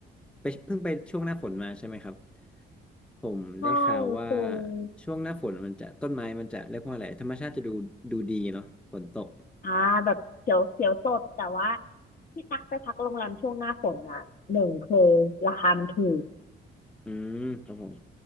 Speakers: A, in the centre; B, on the left (about 50°).
A: ไปเพิ่งไปช่วงหน้าฝนมาใช่ไหมครับ ผมได้ข่าวว่า
B: ใช่เค
A: ช่วงหน้าฝนมันจะต้นไม้มันจะเรียกว่าอะไรธรรมชาติจะดูดูดีเนาะฝนตก
B: ออ่าแบบเขียวเขียวสดแต่ว่าที่ตั๊กไปพักโรงแรมช่วงหน้าฝนนะหนึ่งคือราคามันถูก
A: อืมครับผม